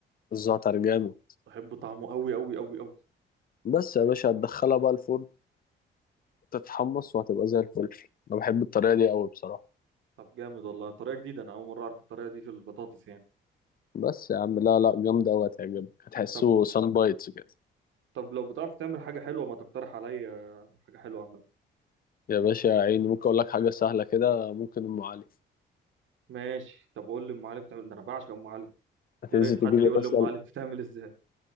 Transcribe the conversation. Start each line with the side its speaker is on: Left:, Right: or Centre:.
Left: الزعتر جامد
Right: بحب طعمه قوي قوي قوي قوي
Left: بس يا باشا هتدخلها بقى الفرن تتحمص وهتبقى زي الفل انا بحب الطريقة دي قوي بصراحة
Right: طب جامد والله طريقه جديده انا اول مره اعرف الطريقه دي في البطاطس يعني
Left: بس يا عم لا لا جامدة قوي هتعجبك هتحسه
Right: طب
Left: سان بايتس كده
Right: طب لو بتعرف تعمل حاجه حلوه ما تقترح عليا حاجه حلوه اعملها
Left: يا باشا يا عيني ممكن اقول لك حاجة سهلة كده ممكن ام علي
Right: ماشي طب قول لي ام علي بتعمل ده انا بعشق ام علي
Left: هتنزل
Right: يا ريت
Left: تجيب
Right: حد
Left: يا
Right: يقول
Left: باشا
Right: لي ام علي بتتعمل ازاي